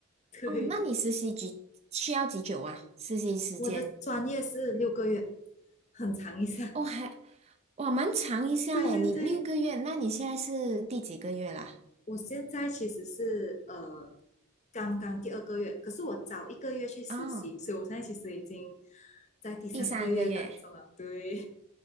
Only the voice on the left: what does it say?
对，
我的专业是六个月，很长一下。
对对对。
我现在其实是呃刚刚第二个月，可是我早一个月去实习，
所以我现在其实已经在第三个月当中了。
对，